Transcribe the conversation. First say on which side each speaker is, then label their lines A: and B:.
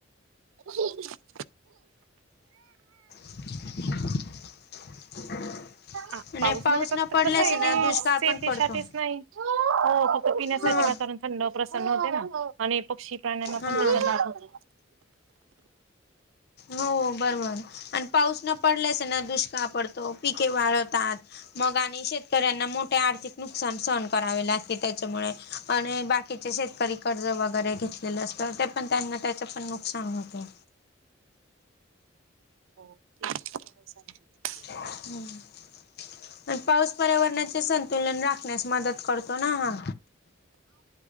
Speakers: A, on the right; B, on the left.
A: <unintelligible>
B: <inaudible>
A: आ
B: आणि
A: पाऊस म्हणजे फक्त
B: न पडल्यास
A: कस आहे की
B: ना दुष्काळ
A: सेतीसाठीच
B: पण पडतो.
A: नाही हो फक्त पिण्यासाठी
B: हा
A: वातावरण थंड प्रसन्न होते ना, आणि पक्षी प्राण्यांना
B: हा.
A: पण त्याचा लाभ होतो.
B: हो बरोबर, आणि पाऊस न पडल्यास ना दुष्काळ पडतो पिके वाळतात. मग आणि शेतकऱ्यांना मोठे आर्थिक नुकसान सहन करावे लागते त्याच्यामुळे आणि बा कीचे शेतकरी कर्ज वगैरे घेतलेलं असतं, ते पण त्यांना त्याचपण नुकसान होतं.
A: हो <unintelligible>
B: हम्म आणि पाऊस पर्यावरणाचे संतुलन राखण्यास मदत करतो ना हा.